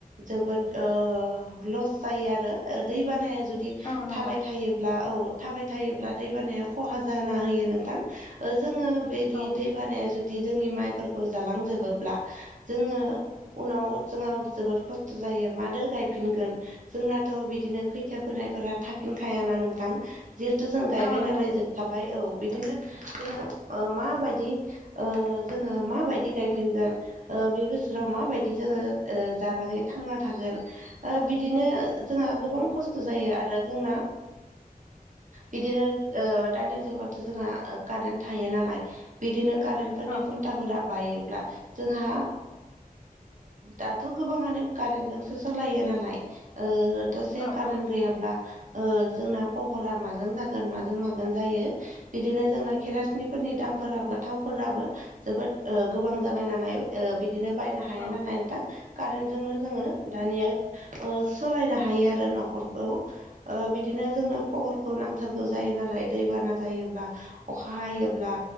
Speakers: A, on the right; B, on the left.
A: जोबोद ओ लस जायो आरो दैबानाया जुदि
B: औ नंगौ
A: थाबाय थायोब्ला औ थाबाय थायोब्ला दैबानाया खहा जाना होयो नोंथां जोङो बिदि
B: औ
A: दैबानाया जुदि जुदि जोंनि माइफोरखौ जालांजोबोब्ला जोङो उनाव जोंहा जोबोद खस्थ जायो मादो गायफिनगोन। जोंनाथ बिदिनो खैथिया फोनायफोरा थाफिनखायाना नोंथां। जिहेथु जों गायबाय
B: औ नंगौ
A: नालाय जोबखाबाय औ बिदिनो जोङो माबायदि जोङो माबायदि गायफिनगोन। बे बोसोराव माबायदि जोङो जानानै थांना थागोन। बिदिनो जोंहा गोबां खस्थ' जायो आरो जोंना बिदिनो दानि जुगावथ' जोंहा कारेन्ट थायो नालाय बिदिनो कारेन्टफोरनि
B: औ
A: खुन्थाफोरा बायोब्ला जोंहा दाथ' गोबाङानो कारेन्टजोंसो सालायो ना। फाय ओ दसे
B: औ
A: कारेन
B: औ
A: गैयाब्ला जोंना पहरा माजों जागोन माजों मागोन जायो। बिदिनो जोंना खेरासनिफोरनि दामफोराबो थावफोराबो जोबोद गोबां जाबाय नालाय बिदिनो बायनो हाया
B: औ
A: नालाय नोंथां। कारेन्टजोंनो जोंङो दानिया सोलायनो हायो आरो न'खरखौ बिदिनो जोंनो पहरखौ नांथारगौ जायो नालाय दैबाना जायोब्ला अखा हायोब्ला